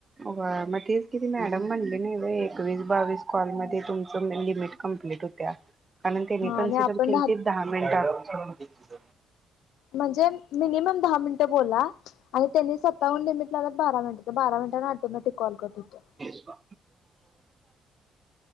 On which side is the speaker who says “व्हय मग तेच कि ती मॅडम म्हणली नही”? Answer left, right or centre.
Right